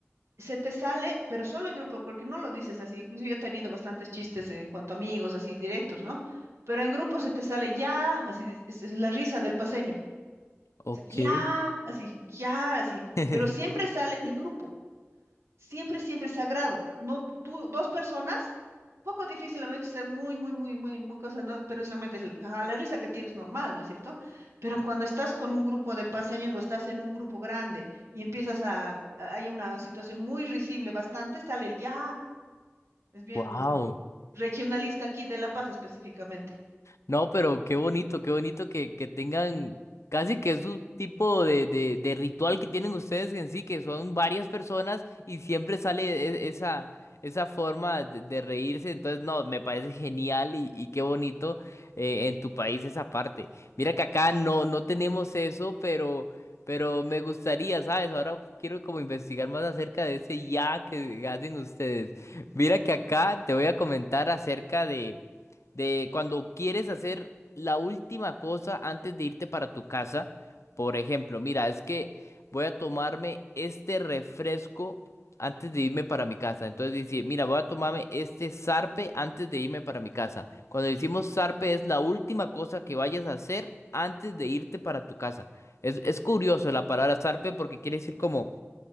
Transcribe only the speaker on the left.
ok.
<laughs>
Wow.
No, pero qué bonito, qué bonito que, que tengan casi que es un tipo de, de, de ritual que tienen ustedes en sí, que son varias personas y siempre sale e- esa, esa forma de, de reírse. Entonces, no, me parece genial y, y qué bonito eh, en tu país esa parte. Mira que acá no, no tenemos eso, pero, pero me gustaría, ¿sabes? Ahora quiero como investigar más acerca de ese ya que hacen ustedes. Mira que acá te voy a comentar acerca de de cuando quieres hacer la última cosa antes de irte para tu casa. Por ejemplo, mira, es que voy a tomarme este refresco antes de irme para mi casa. Entonces decir, mira, voy a tomarme este zarpe antes de irme para mi casa. Cuando decimos zarpe es la última cosa que vayas a hacer antes de irte para tu casa. Es, es curioso la palabra zarpe porque quiere decir como,